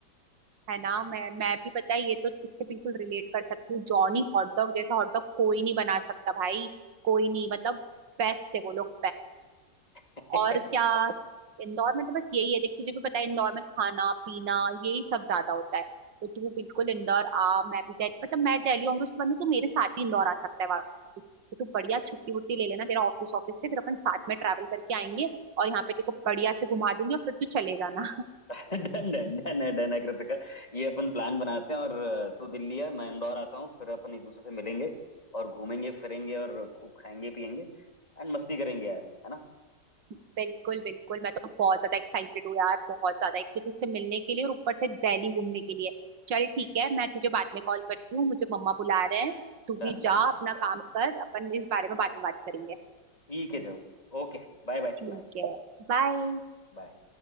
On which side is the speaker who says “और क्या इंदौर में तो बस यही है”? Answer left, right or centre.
Right